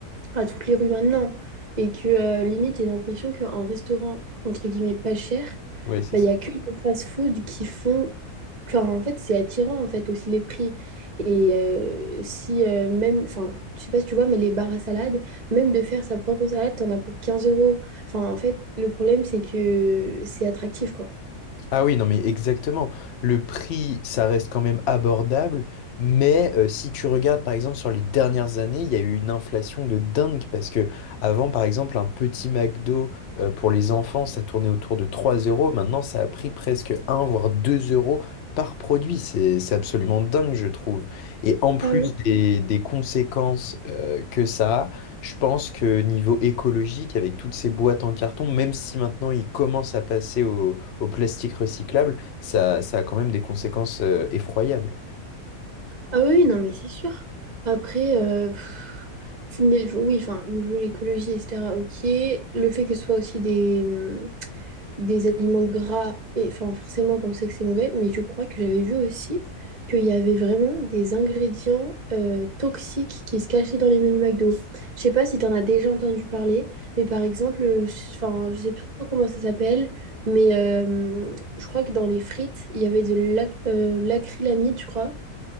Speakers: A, on the right; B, on the left.
A: à toutes les rues maintenant. Et que euh, limite, j'ai l'impression qu'en restaurant, entre guillemets, pas cher,
B: Ouais, c'est
A: bah, il n'y a que les fast-food qui font... Enfin, en fait, c'est attirant, en fait, aussi les prix. Et euh, si euh, même... Enfin, je sais pas si tu vois, mais les bars à salade, même de faire sa propre salade, t'en as pour 15 euros. Enfin, en fait, le problème, c'est que c'est attractif, quoi.
B: Ah oui, non, mais exactement. Le prix, ça reste quand même abordable, mais euh, si tu regardes par exemple sur les dernières années, il y a eu une inflation de dingue parce que avant, par exemple, un petit McDo euh, pour les enfants, ça tournait autour de 3 euros. Maintenant, ça a pris presque un voire 2 euros par produit. C'est, c'est absolument dingue, je trouve. Et en plus
A: Ah oui,
B: des, des conséquences euh, que ça a, je pense que niveau écologique, avec toutes ces boîtes en carton, même si maintenant ils commencent à passer au au plastique recyclable, ça, ça a quand même des conséquences euh, effroyables.
A: ah oui, non, mais c'est sûr. Après, euh, pff, oui, enfin, niveau l'écologie, etc., ok. Le fait que ce soit aussi des, hum, des aliments gras, et enfin forcément qu'on sait que c'est mauvais, mais je crois que j'avais vu aussi qu'il y avait vraiment des ingrédients euh, toxiques qui se cachaient dans les menus McDo. Je sais pas si tu en as déjà entendu parler, mais par exemple, euh, je- enfin, je sais plus trop comment ça s'appelle, mais euh, je crois que dans les frites, il y avait de l'ac- euh, l'acrylamide, je crois,